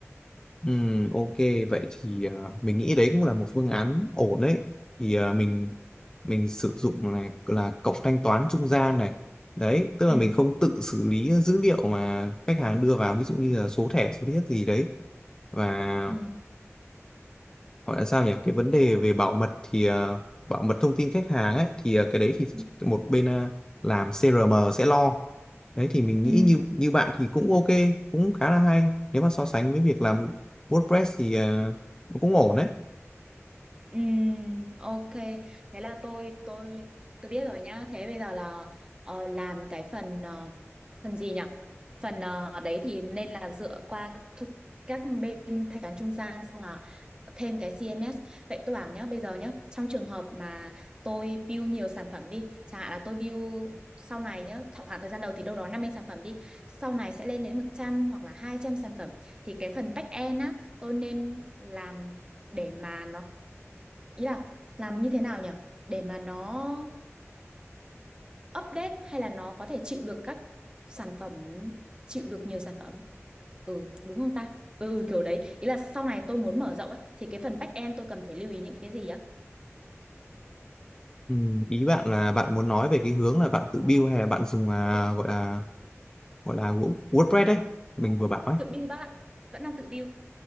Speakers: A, on the left; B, on the right.
A: Ừm, ok vậy thì à, mình nghĩ đấy cũng là một phương án ổn đấy thì à, mình mình sử dụng này là cổng thanh toán trung gian này đấy tức
B: Ừ,
A: là mình không tự xử lý dữ liệu mà khách hàng đưa vào ví dụ như là số thẻ số thiết gì đấy và
B: ừ,
A: gọi là sao nhỉ cái vấn đề về bảo mật thì ờ, bảo mật thông tin khách hàng ấy thì ờ, cái đấy thì
B: ừ.
A: một bên ờ, làm CRM sẽ lo đấy thì mình nghĩ
B: ừ.
A: như như bạn thì cũng ok cũng khá là hay nếu mà so sánh với việc làm WordPress thì ờ, cũng ổn đấy
B: Ừm, ok thế là tôi tôi tôi biết rồi nhá thế bây giờ là ờ, làm cái phần ờ, phần gì nhỉ phần ờ, đấy thì nên là dựa qua thu- các bên thanh toán trung gian xong là thêm cái CMS vậy tôi bảo nhá bây giờ nhá trong trường hợp mà tôi build nhiều sản phẩm đi chẳng hạn là tôi build sau này nhá thọ- khoảng thời gian đầu thì đâu đó 50 sản phẩm đi sau này sẽ lên đến 100 hoặc là hai trăm sản phẩm thì cái phần back end á tôi nên làm để mà nó ý là làm như thế nào nhỉ để mà nó update hay là nó có thể chịu được các sản phẩm chịu được nhiều sản phẩm ừ đúng không ta ừ ừ, kiểu đấy ý là sau này tôi muốn mở rộng ấy thì cái phần back end tôi cần phải lưu ý những cái gì á
A: ừ, ý bạn là bạn muốn nói về cái hướng là bạn tự build hay là bạn dùng à, gọi là gọi là WordPress đấy mình vừa bảo ấy
B: tự build bác ạ vẫn đang tự build